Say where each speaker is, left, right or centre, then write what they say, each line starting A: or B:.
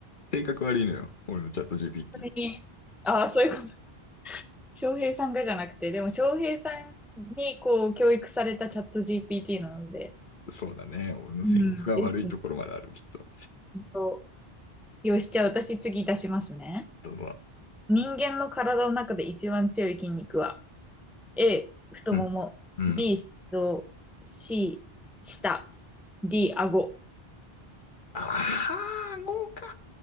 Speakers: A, on the left; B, in the centre.
A: 性格悪いのよ。俺のチャット GPT。
B: それに、ああ、そういうこと。翔平さんがじゃなくて、でも翔平さんにこう教育されたチャット GPT なので、
A: そうだね。俺の性格が悪いところまである、
B: うん。ですね。
A: きっと。
B: 本当よし、じゃあ私次出しますね。
A: どうぞ。
B: 人間の体の中で一番強い筋肉は、A、太もも、
A: うん。うん
B: B、心臓、C、舌、D、顎。
A: ああ、顎か。